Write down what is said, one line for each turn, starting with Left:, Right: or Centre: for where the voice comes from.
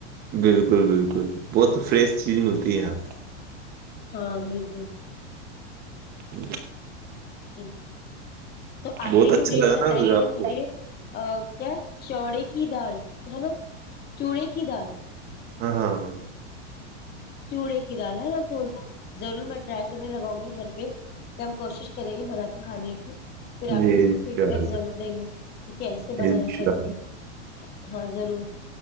Right: بالکل بالکل بہت فریش چیز ملتی ہے یہاں پہ
Left: ہاں بالکل
Right: ہ
Left: جی تو آپ
Right: بہت
Left: نے
Right: اچھا
Left: جو ڈش
Right: لگا
Left: بتائی
Right: نا آپ
Left: ہے مجھے
Right: کو
Left: کیا چوڑی کی دال جلو چورے کی دال
Right: ہاں ہاں ہاں
Left: چوڑے کی دال ہے نا تو ضرور میں ٹرائی کرنے لگاؤں گی گھر پہ کہ ہم کوشش کریں گے منا کے کھانے کی پھر آپ
Right: جی
Left: کو اس
Right: انشاءاللہ
Left: کو فیڈ بیک ضرور دیں گے کہ کیسے بنا
Right: انشاءاللہ
Left: ہے کر کے ہاں ضرور